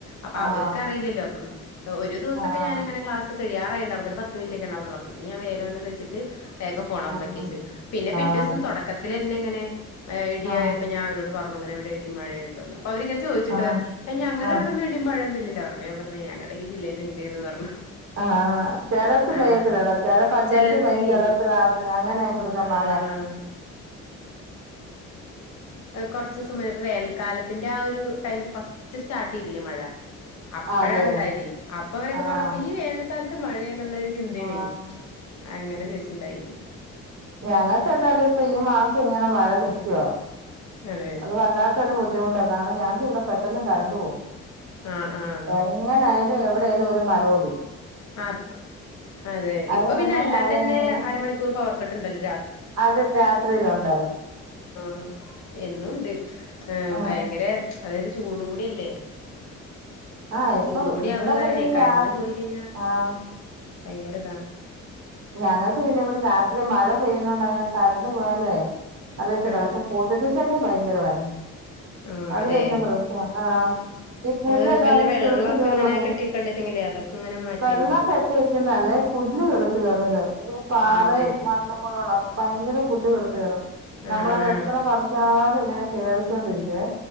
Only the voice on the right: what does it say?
ആഹ്
ആഹ്
ആഹ്
ആഹ്
ആഹ്
ആഹ്
ആഹ്
ആഹ്
ആഹ് ചിലയിടത്ത്
പെയ്യത്തിലടാ ചില പഞ്ചായത്തി
പെയ്യും ചിലർക്ക് കാണത്തില്ല അങ്ങനെപ്പോത്തെ
മഴ
ആ, അതെ
അതെ
ആഹ്
ആഹ്
ഞങ്ങൾക്ക് എന്തായാലും ഇപ്പൊ ഈ മാസം ഇങ്ങനെ മഴ നൽക്കുവാ
അത് വല്ലാത്തൊരു ബുദ്ധിമുട്ടാണ് കാരണം ഞങ്ങക്ക് ഇവിടെ പെട്ടെന്ന് കരണ്ട്ു പോക
എങ്ങനൊയാലും ഇവിടെ ഒരു മാരോട്
അതങ്ങനെ
അവരങ്ങനെ
അത് രാത്രിയില് ഒണ്ട
ആഹ്
ആഹ് ഇപ്പൊ
ഇവിടെ
പിന്നെ ഈ രാ
ആഹ്
ഞങ്ങൾക്ക് പിന്നെ ഇവിടെ രാത്രി മഴ പെയ്യുന്ന കൊണ്ട് അ കരണ്ട് പോയാലാവേ അറിയത്തില്ല
പക്ഷെ കൊതുക ശല്യ ഭയങ്കര <unintelligible>
അത്
വല്യ ആഹ ഈ പുല്ലല്ലാഅങ്ങ്
കിള്ത്ത് കെറുവാട
വെള്ളം
കട്ടേക്കുന്നല്ലേ പുല്ല് കിള് റ ഇ പാറയും
മണ്ണും കൂടെ ഭയങ്കര പുല്ലുകൾ കിള് <unintelligible>
നമ്മളത്
എത്ര പറച്ചാല് ഇങ്ങനെ കേറിക്കോണ്ടിരിക്കുവേ